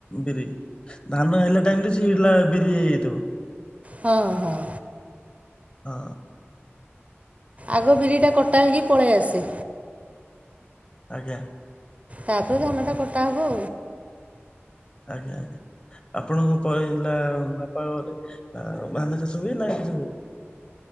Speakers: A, on the left (about 25°); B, on the right (about 30°).
A: ବିରି, ଧାନ ହେଲା ଟାଇମ ରେ ସିଇ ହେଲା ବିରି ହେଇଯାଇଥିବ।
B: ହଁ, ହଁ।
A: ହଁ।
B: ଆଗ ବିରିଟା କଟା ହେଇକି ପଳେଇ ଆସେ।
A: ଆଜ୍ଞା,
B: ତାପରେ ଧାନଟା କଟା ହବ।
A: ଆଜ୍ଞା, ଆଜ୍ଞା। ଆପଣଙ୍କ ପୈଲା ବାପା ଘରେ ଅ-ଅ ଧାନ ଚାଷ ହୁଏ ନା କିଛି ହୁ